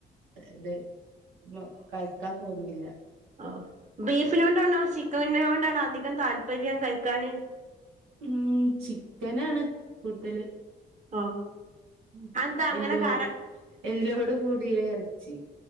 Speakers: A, on the right; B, on the right.
A: ഇത് മ കഴിക്കാൻ തോന്നില്ല
B: ഓഹ് ബീഫിനോണ്ടാണോ ചിക്കനിനെ കൊണ്ടാണോ അധികം താല്പര്യം കഴിക്കാാന്
A: ഉം ചിക്കനാണ് കൂടുതല്
B: ഓ
A: ഉം
B: അതെന്താ അങ്ങനെ
A: എല്ലോ
B: കാര
A: എല്ലോട് കൂടിയ ഇറച്ചി